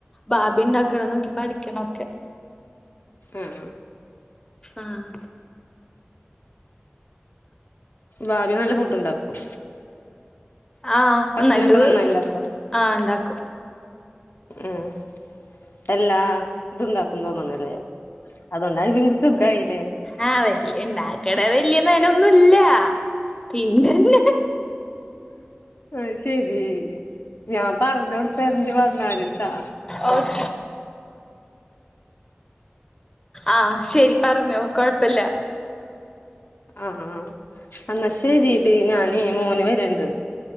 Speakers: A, on the left; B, on the left.
A: ഭാബി ഇണ്ടാക്ക്ണെ നോക്കി പഠിക്കണം ഒക്കെ
B: ആഹ്
A: ആഹ്
B: ഭാബി നല്ല ഫുഡ് ഉണ്ടാക്കും
A: ആഹ് നന്നായിട്ട്
B: ഭക്ഷണൊക്കെ നന്നായി ഉണ്ടാക്കോ
A: ആഹ് ഇണ്ടാക്കും
B: ഉം എല്ലാതുണ്ടാക്കും തോന്ന്ണല്ലേ അതുകൊണ്ടാ പി സുഖായില്ലേ
A: ആഹ് വല്ല്യ ഇണ്ടാക്കടേ വല്ല്യ മെനൊന്നുല്ല പിന്നെന്നെ
B: അത് ശെരി ഞാൻ പറഞ്ഞൊട്ത്തരണ്ട് വന്നാല്ട്ടാ.
A: ഓഹ് ആഹ് ശെരി പറഞ്ഞോ കൊഴപ്പല്യ
B: ആഹ് എന്നാ ശെരി ഡീ ഞാനേ മോന് വര്ണ്ട്